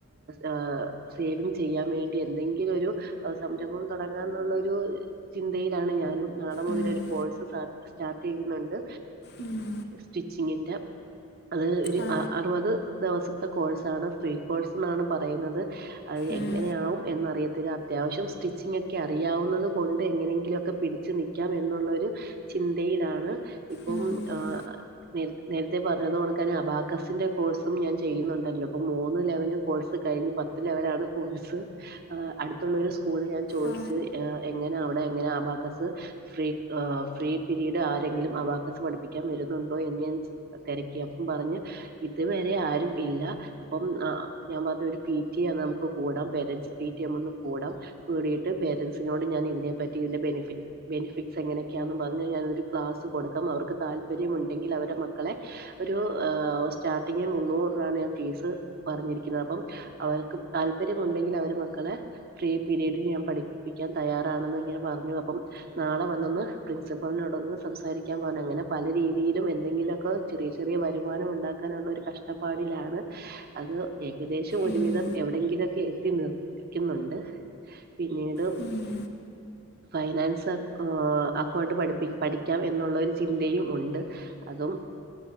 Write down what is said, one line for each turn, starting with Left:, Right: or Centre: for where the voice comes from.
Right: ഏഹ് സേവിങ് ചെയ്യാവേണ്ടി എന്തെങ്കിലും ഒരു സംരംഭം തുടങ്ങാന്നുള്ളരു ചിന്തയിലാണ് ഞാനും നാളെ മുതലൊരു
Left: ഉം
Right: കോഴ്സ് സ്റ്റാർട്ട് ചെയ്യുന്നുണ്ട്
Left: ഉം
Right: സ്റ്റിച്ചിങ്ങിന്റെ അത് ഒരു
Left: ആ
Right: അറുപത് ദിവസത്തെ കോഴ്സാണ് ഫ്രീ കോഴ്സന്നാണ് പറയുന്നത് അത്
Left: ഉം
Right: എങ്ങനെയാവും എന്നറിയത്തില്ല. അത്യാവശ്യം സ്റ്റിച്ചിങ്ങോക്കെ അറിയാവുന്നത് കൊണ്ട് എങ്ങനെങ്കിലൊക്കെ പി ടിച്ച് നിക്കാം എന്നുള്ളൊരു ചിന്തയിലാണ് ഇപ്പം
Left: ഉം ഉം
Right: ആ നേ നേരത്തെ പറഞ്ഞതണക് അബാസിന്റെ കോഴ്സും ഞാൻ ചെയ്യുന്നുണ്ടല്ലോ ഇപ്പ മൂന്ന് ലെവല് കോഴ്സ് കഴിഞ് പ ത്ത് ലെവലാണ് കോഴ്സ് അടുത്തുള്ള ഒരു സ്കൂള് ഞാൻ ചോയി
Left: ആ
Right: എങ്ങനെ അവിടെ അങ്ങനെ അബാക്കസ് ഫ്രീ ഫ്രീ പിരീഡ് ആരെങ്കിലും അബാക്കസ് പഠിപ്പിക്കാൻ വരുന്നുണ്ടോ എന്ന്ഞാൻ തിരക്കി അപ്പം പറഞ്ഞ് ഇതുവരെ ആരും ഇല്ല. അപ്പം ഞൻ പറഞ്ഞ ഒരു പി ടി എ നമുക്ക് കൂടാം പേരൻസ് പി ടി അമ്മക്ക് ഒന്ന് കൂടാം കൂടിയിട്ട് പേരൻറ്സിനോട് ഞാൻ ഇതിനെപ്പറ്റി ഇന്റെ ബെനിഫിറ്റ് ബെനിഫിറ്റ്സ് എങ്ങനെയൊക്കെയാന്ന് പറഞ്ഞ കഴിഞ്ഞ ഞാനൊരു ക്ലാസ് കൊടുക്കാം അവർക്ക് താല്പര്യമ ഉണ്ടെങ്കിൽ അവരു മക്കളെ ഒരു സ്റ്റാർട്ടിംഗിൽ മുന്നൂറ് രൂപയാണ് ഞാൻ ഫീസ് പറഞ്ഞിരിക്കുന്നത് അപ്പം അവർക്ക് താല്പര്യമ ഉണ്ടെങ്കിൽ അവര് മക്കളെ ഫ്രീ പീരീഡിൽ ഞാൻ പഠിപ്പിക്കാൻ തയ്യാറാണെന്ന് ഇങ്ങനെ പറഞ്ഞു അപ്പം നാളെ വന്നന്ന് പ്രിൻസിപ്പളിനോട്ന്ന് സംസാരിക്കാൻ പോകെ അങ്ങനെ പല രീതിയിലും എന്തെങ്കിലുമൊക്കെ ചെറിയ ചെറിയ വരുമാനം ഉണ്ടാക്കാനുള്ള ഒരു കഷ്ടപ്പാടിലാണ് അത് ഏകദേശം ഒരുവിധം
Left: ഉം
Right: എവിടെയങ്കിലൊക്കെ എത്തി നിർക്കുന്നുണ്ട് പിന്നീട്
Left: ഉം
Right: ഫൈനാൻസ് അക്കൗണ്ട് പഠിപ്പിക്ക പഠിക്കാം എന്നുള്ളൊരു ചിന്തയും ഉണ്ട് അതും